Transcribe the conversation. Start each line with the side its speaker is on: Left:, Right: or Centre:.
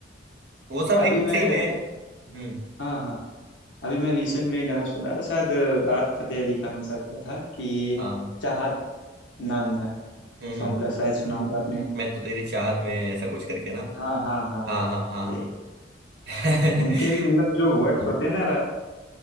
Right: वो सब
Left: अभी
Right: एक सही
Left: मैं
Right: में हम्म
Left: हाँ हाँ अभी मैं रिसेंट में एक गाना सुन रहा था शायद अ, राहत फतेह अली खान साहब का था कि
Right: हाँ
Left: चाहत नाम था
Right: हम्म हम्म
Left: सॉन्ग का शायद सुना होगा आपने
Right: मैं तो तेरी चाहत में ऐसा कुछ करके ना
Left: हाँ हाँ हाँ
Right: हाँ हाँ हाँ
Left: अरे
Right: हाँ
Left: उनके
Right: <laughs>
Left: भी मतलब जो वर्ड्स होते हैं ना रा-